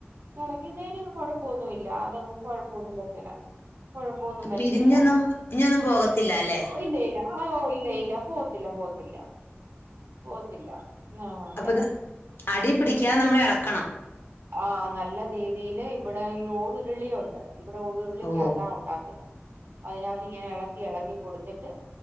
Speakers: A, on the right; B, on the left.
A: തിളക്കുന്നതിന് കൊഴപ്പൊന്നും ഇല്ല അതങ്ങ് കൊഴപ്പൊന്നും വരത്തില്ല കൊഴപ്പൊന്നും വരത്തില്ല
B: പിരിഞ്ഞൊന്നും ഇഞ്ഞൊന്നും പോകത്തില്ല അല്ലെ
A: ഓ ഇല്ല ഇല്ല ഓഹ് ഇല്ല ഇല്ല പോവത്തില്ല പോവത്തില്ല പോവത്തില്ല ആ അങ്ങനെ
B: അപ്പത് അടിയി പിടിക്കാതെ നമ്മള് എളക്കണം
A: ആഹ് നല്ല രീതിയില് ഇവിടെ ഈ ഓടുരുളി ഉണ്ട് ഇവിടെ ഒ ഉരുളിക്കകത്താ
B: ഓ
A: ഉണ്ടാക്കുന്നത് അതിനകത്ത് ഇങ്ങനെ എളക്കി എളക്കി കൊടുത്തിട്ട്